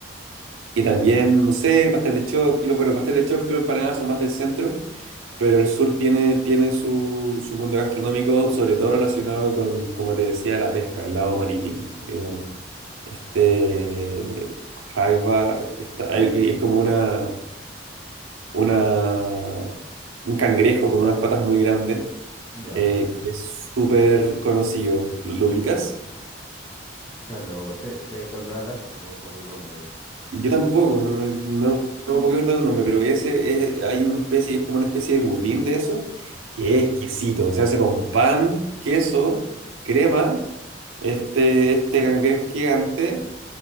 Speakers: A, on the right; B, on the left.
A: Y también, no sé, pastel de choclo, bueno, pastel de choclo, empanadas son más del centro, pero el sur tiene, tiene su, su mundo gastronómico, sobre todo relacionado con, como te decía, la pesca, el lado marítimo. Eh, este, Jaiba, está, hay- es como una una, un cangrejo con unas patas muy grandes,
B: Ya.
A: eh,
B: O
A: que es súper conocido. ¿Lo, lo ubicas?
B: sea, lo, sé, sé de cuál me hablas, pero no me acuerdo el nombre.
A: Yo tampoco, no, no- no me puedo acordar el nombre, pero ese es- hay una especie, es como una especie de budín de eso, que es exquisito. Se hace con pan, queso, crema, este, este cangrejo gigante.